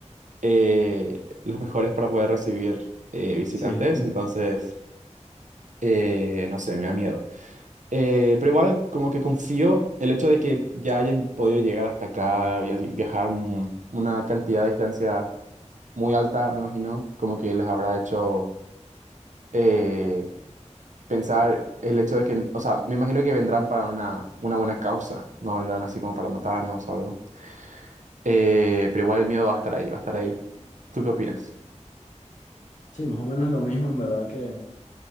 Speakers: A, on the right; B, on the left.
A: eh, los mejores para poder recibir eh, visitantes,
B: Sí,
A: entonces, eh, no sé, me da miedo. Eh, pero igual como que confío el hecho de que ya hayan podido llegar hasta acá, via- viajar mu- una cantidad de distancia muy alta, me imagino, como que les habrá hecho... eh, pensar el hecho de que, o sea, me imagino que vendrán para una, una buena causa, no vendrán así como para matarnos o algo. Eh, pero igual el miedo va a estar ahí, va a estar ahí. ¿Tú qué opinas?
B: sí, más o menos lo mismo, en verdad que